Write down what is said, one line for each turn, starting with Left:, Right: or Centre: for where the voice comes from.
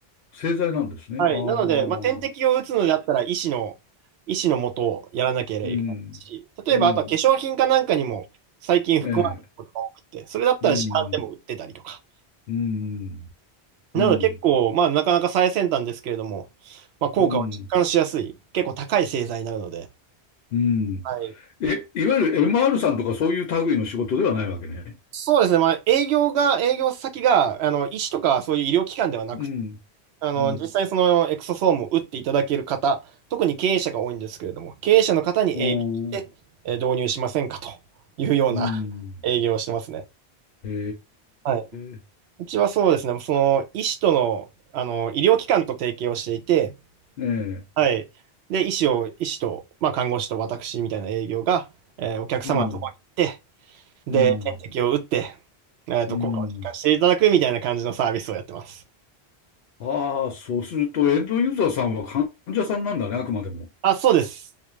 Left: 製剤なんですね。
Right: はい。
Left: ああ、
Right: なので、まあ、点滴を打つのであったら、医師の、医師のもとをやらなければいけないし、
Left: うん、
Right: 例えば、
Left: うん、
Right: あとは化粧品かなんかにも最近含まれてることが多くて、
Left: ええ。
Right: それだったら市販でも売ってたりとか。
Left: うん、うん、
Right: なので、
Left: うん、
Right: 結構、まあ、なかなか最先端ですけれども、まあ、効果を実感しやすい、
Left: うん、
Right: 結構高い製剤になるので、
Left: うん。
Right: はい。
Left: え、いわゆる MR さんとかそういう類の仕事ではないわけね。
Right: そうですね。まあ、営業が、営業先が、あの、医師とかそういう医療機関ではなく、
Left: うん、
Right: あの、
Left: うん、
Right: 実際そのエクソソームを打っていただける方、特に経営者が多いんですけれども、経営者の方に営業してえー導入しませんかというような営業をしてますね。
Left: おー、うん、へ
Right: はい。
Left: え、
Right: うちはそうですね。その、医師との、あの、医療機関と提携をしていて、
Left: ええ、
Right: はい。で、医師を、医師と、まあ、看護師と私みたいな営業が、えーお客様のところに行って、
Left: うん、
Right: で、
Left: うん、
Right: 点滴を打って、えっと、
Left: うん。
Right: 効果を実感していただくみたいな感じのサービスをやってます。
Left: ああ、そうするとエンドユーザーさんは患者さんなんだね、あくまでも。
Right: あ、そうです。